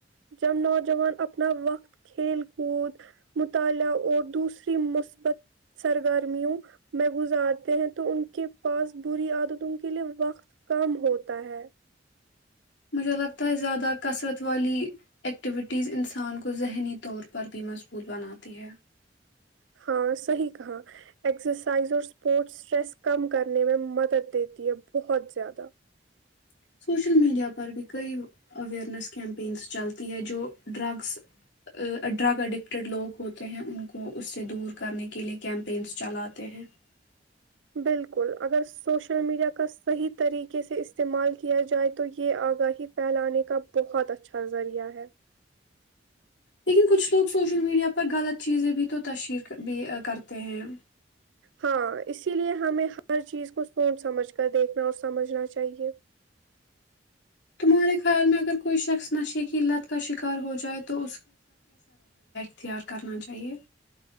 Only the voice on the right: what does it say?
جب نوجوان اپنا وقت کھیل کود مطالعہ اور دوسری مثبت سرگرمیوں میں گزارتے ہیں تو ان کے پاس بری عادتوں کے لیئے وقت کم ہوتا ہے
ہاں صحیح کہا ایکسرسائز اور اسپورٹس اسٹریس کم کرنے میں مدد دیتی ہے بہت زیادہ
بالکل اگر سوشل میڈیا کا صحیح طریقے سے استعمال کیا جائے تو یہ آگاہی پھیلانے کا بہت اچھا ذریعہ ہے
ہاں اسی لیے ہمیں ہر چیز کو سون سمجھ کر دیکھنا اور سمجھنا چاہیے